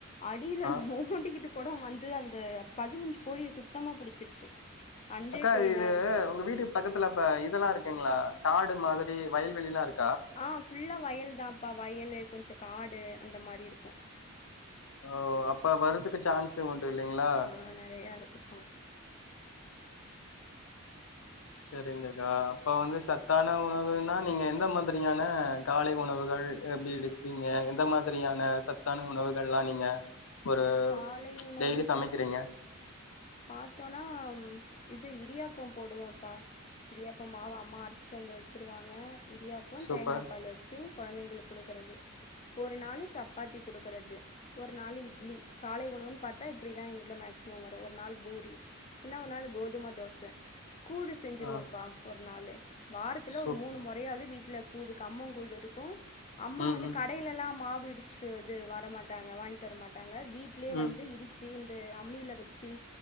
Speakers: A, on the left; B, on the left.
A: அடில
B: ஆ
A: நோண்டிக்கிட்டு கொடோ வந்து அந்த பதினஞ்சு கோழி சுத்தமா புடிச்சிருச்சு அஞ்சே
B: அக்கா
A: கோழி
B: இது
A: தா இருந்தது
B: உங்க வீட்டு பக்கத்துல அப்ப இ தெல்லா இருக்குங்களா காடு மாதிரி வயல்வெளிலா இரு
A: ஆ ஃபுல்லா வயல் தா பா வயலு கொஞ்சோ காடு அந்த மாரி இருக்கோ
B: ஓ அப்ப வருதுக்கு சான்ஸ் உண் இல்லங்களா
A: ஆ நெறையா இருக்குப்பா
B: செரிங்க கா இப்ப வந்து சத்தான உணவுனா நீங்க எந்த மாதிரியான காலை உணவுகள் எப்டி எடுக்கிறீங்க எந்த மாதிரியான சத்தான உணவுகல்லா நீங்க ஒரு
A: காலை உணவுப்பா
B: டெய்லி சமைக்கிறீங்க
A: பாத்தோனா இது இடியாப்போ போடுவோப்பா இடியாப்ப மாவ அம்மா அரச்சிட்டு வந்து வெச்சிருவாங்க இடியாப்பம்
B: சூப்பர்
A: தேங்கா பால் வெச்சு கொழந்தைங்களுக் குடுக்கிறது ஒரு ஒரு நாலு சப்பாத்தி குடுக்கறது ஒரு நாளு இட்லி காலை உணவுனு பாத்தா இப்டிதா எங்கல மேக்சிமம் வரோ ஒரு நாள் பூரி இன்னோ ஒரு நாள் கோதும தோச கூழு செஞ்சுடுவோப்பா
B: ஆ
A: ஒரு நாளு வாரத்துல
B: சூப்
A: ஒரு மூணு மொறயாவது வீட்ல கூழு கம்பங்கூழு இருக்கு அம்மா
B: ம்
A: வந்து
B: ம்
A: கடைல எல்லா மா வு இடிச்சுட்டு வரா து வர மாட்டாங்க வாங்கிட்டு வர மாட்டாங்க வீட்லயே
B: ம்
A: வந்து இடிச்சு இந்த அம்மில வெச்சி